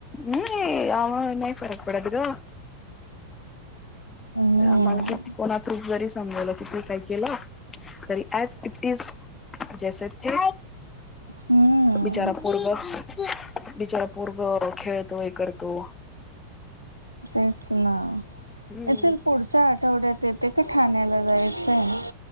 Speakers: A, on the left; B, on the right.
A: नाई आम्हाला नाही फरक पडत गं.
B: हम्म
A: आम्हाला, कोणातून जरी समजलं की तू काही केलं तरी ऑज इटीज, जैसे थे
B: हम्म
A: बिचारा पोरगं. बिचारा पोरगं खेळतो हे करतो.
B: तेच ना
A: हम्म
B: यचल पुढच्या आ तेवढ्यात येते का ठाण्याला जायचंय,